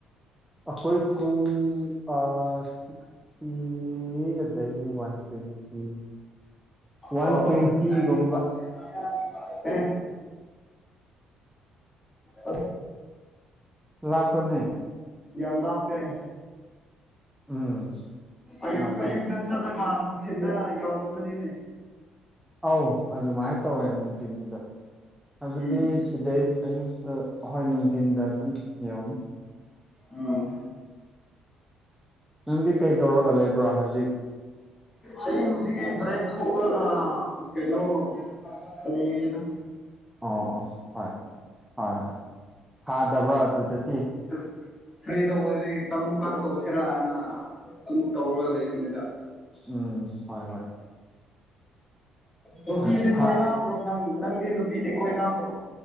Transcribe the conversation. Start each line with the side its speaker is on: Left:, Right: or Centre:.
Centre: ꯑꯈꯣꯢ ꯀꯨꯜ ꯑ ꯁꯤꯛꯁꯇꯤ ꯑꯗꯒꯤ ꯋꯥꯟ ꯇ꯭ꯋꯦꯟꯇꯤ ꯋꯥꯟ
Left: ꯑꯣ
Centre: ꯇ꯭ꯋꯦꯟꯇꯤꯒꯨꯝꯕ
Left: <unintelligible> ꯑꯦ ꯑꯠ
Centre: ꯂꯥꯞꯄꯅꯦ
Left: ꯌꯥꯝ ꯂꯥꯞꯄꯦ
Centre: ꯎꯝ
Left: ꯑꯌꯨꯛ
Centre: ꯂꯥꯞꯄꯦ
Left: ꯑꯌꯨꯛꯗ ꯆꯠꯂꯒ ꯅꯨꯡꯊꯤꯟꯗ ꯌꯥꯎꯔꯝꯒꯅꯤꯅꯦ
Centre: ꯑꯧ ꯑꯗꯨꯃꯥꯢ ꯇꯧꯋꯦ ꯅꯨꯡꯗꯤꯟꯗꯣ ꯍꯥꯢꯕꯗꯤ
Left: ꯎꯝ
Centre: ꯁꯤꯗꯩ ꯑꯌꯨꯛꯇ ꯍꯋꯥꯏ ꯅꯨꯡꯊꯤꯟꯗ ꯑꯗꯨꯝ ꯌꯧꯅꯤ
Left: ꯎꯝ
Centre: ꯅꯪꯗꯤ ꯀꯩ ꯇꯧꯔꯒ ꯂꯩꯕ꯭ꯔꯣ ꯍꯧꯖꯤꯛ
Left: ꯑꯩ ꯍꯧꯖꯤꯛꯀꯤ ꯕ꯭ꯔꯦꯛ ꯊꯣꯛꯂꯒ ꯀꯩꯅꯣ ꯂꯩꯔꯦꯗ
Centre: ꯑ ꯑꯧ ꯍꯣꯢ ꯍꯣꯢ ꯁꯥꯗꯕ꯭ꯔꯣ ꯑꯗꯨꯗꯗꯤ
Left: ꯑ ꯐ꯭ꯔꯤꯗ ꯑꯣꯢꯕꯒꯤ ꯀꯔꯝ ꯀꯥꯟ ꯇꯧꯁꯤꯔꯅ ꯑꯗꯨꯝ ꯇꯧꯔꯒ ꯂꯩꯕꯅꯤꯗ
Centre: ꯎꯝ ꯍꯣꯏ ꯍꯣꯏ
Left: ꯅꯨꯄꯤꯗꯤ
Centre: ꯁꯥ ꯁꯥ
Left: ꯀꯣꯏꯅꯕ꯭ꯔꯣ ꯅꯪ ꯅꯪꯗꯤ ꯅꯨꯄꯤꯗꯤ ꯀꯣꯏꯅꯕ꯭ꯔꯣ